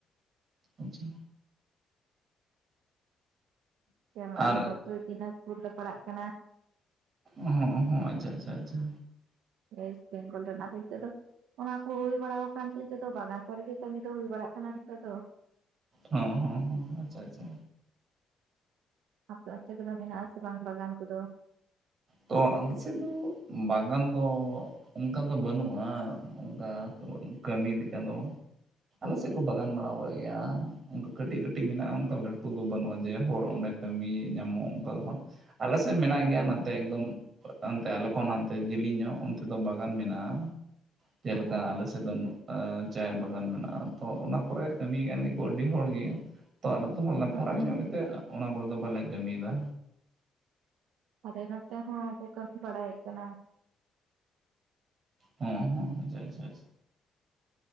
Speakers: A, on the right; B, on the right.
A: ᱟᱪᱪᱷᱟ
B: ᱥᱮᱢᱟ
A: ᱟᱨ
B: ᱟᱞᱮ ᱢᱟ ᱩᱛᱛᱚᱨ ᱫᱤᱱᱟᱡᱽᱯᱩᱨ ᱞᱮ ᱯᱟᱲᱟᱜ ᱠᱟᱱᱟ
A: ᱚᱦᱚ ᱦᱚ ᱟᱪᱪᱷᱟ ᱟᱪᱪᱷᱟ ᱟᱪᱪᱷᱟ
B: ᱚᱭᱮᱥᱴ ᱵᱮᱝᱜᱚᱞ ᱨᱮᱱᱟᱜ ᱦᱳᱭᱛᱳ ᱟᱫᱚ ᱚᱱᱟ ᱠᱩ ᱦᱩᱭ ᱵᱟᱲᱟᱣ ᱠᱟᱱᱛᱮ ᱱᱤᱛᱳᱜ ᱫᱚ ᱵᱟᱜᱟᱱ ᱠᱚᱨᱮ ᱜᱮ ᱠᱟᱹᱢᱤ ᱫᱚ ᱦᱩᱭ ᱵᱟᱲᱟᱜ ᱠᱟᱱᱟ ᱱᱤᱛᱳᱜ ᱫᱚ᱾
A: ᱦᱚ ᱦᱚ ᱦᱚ ᱟᱪᱪᱷᱟ ᱟᱪᱪᱷᱟ
B: ᱟᱯᱮ ᱚᱱᱛᱮ ᱠᱚᱫᱚ ᱢᱮᱱᱟᱜ ᱟ ᱥᱮ ᱵᱟᱝ ᱵᱟᱜᱟᱱ ᱠᱚᱫᱚ?
A: ᱛᱚ ᱟᱞᱮ ᱥᱮᱫ ᱫᱚ ᱵᱟᱜᱟᱱ ᱫᱚ ᱚᱝᱠᱟ ᱫᱚ ᱵᱟᱹᱱᱩᱜ-ᱟ ᱚᱝᱠᱟ ᱠᱟᱹᱢᱤ ᱞᱮᱠᱟ ᱫᱚ ᱟᱞᱮ ᱥᱮᱜ ᱠᱚ ᱵᱟᱜᱟᱱ ᱵᱟᱲᱟᱣ ᱠᱟᱜ ᱜᱮᱭᱟ ᱚᱱᱠᱟ ᱠᱟᱹᱴᱤᱡ ᱠᱟᱹᱴᱤᱡ ᱢᱮᱱᱟᱜ-ᱟ ᱚᱱᱠᱟ ᱞᱟᱹᱴᱩ ᱫᱚ ᱵᱟᱹᱱᱩᱜ-ᱟ ᱡᱮ ᱦᱚᱲ ᱚᱱᱰᱮᱠ ᱠᱟᱹᱢᱤᱭ ᱧᱟᱢᱚᱜ ᱚᱝᱠᱟ ᱫᱚ ᱵᱟᱝ ᱟᱞᱮ ᱥᱮᱫ ᱢᱮᱱᱟᱜ
B: ᱦᱮᱸ
A: ᱜᱮᱭᱟ ᱱᱟᱱᱛᱮ ᱮᱠᱫᱚᱢ ᱦᱟᱱᱛᱮ ᱟᱞᱮ ᱠᱚ ᱦᱟᱱᱛᱮ ᱡᱤᱞᱤᱧ ᱧᱚᱜ ᱚᱱᱛ ᱛᱮ ᱫᱚ ᱵᱟᱜᱟᱱ ᱢᱮᱱᱟᱜ-ᱟ ᱡᱮᱞᱮᱠᱟ
B: ᱦᱮᱸ
A: ᱟᱞᱮ ᱥᱮᱫ ᱫᱚ ᱟ ᱪᱟᱭ ᱵᱟᱜᱟᱱ ᱢᱤᱱᱟᱜ-ᱟ ᱛᱚ ᱚᱱᱟ ᱠᱚᱨᱮ ᱠᱟᱹᱢᱤᱭ ᱠᱟᱱ ᱜᱮᱠᱚ ᱟᱹᱰᱤ ᱦᱚᱲ ᱜᱮ ᱛᱚ ᱟᱞᱮ ᱫᱚ ᱦᱟᱸᱜ ᱠᱮ
B: ᱦᱮᱸ
A: ᱯᱷᱟᱨᱟᱠ
B: ᱦᱮᱸ
A: ᱧᱚᱜ ᱜᱮᱛᱮ ᱚᱱᱟ ᱠᱚᱨᱮ ᱫᱚ ᱵᱟᱞᱮ ᱠᱟᱹᱢᱤᱭᱮᱫᱟ
B: ᱟᱫᱚ ᱱᱚᱛᱮ ᱦᱚᱸ ᱩᱱᱠᱩ ᱠᱟᱹᱢᱤ ᱵᱟᱲᱟᱭᱮᱜ ᱠᱟᱱᱟ
A: ᱦᱩᱸ ᱦᱩᱸ ᱟᱪᱷᱟ ᱪᱷᱟ ᱪᱷᱟ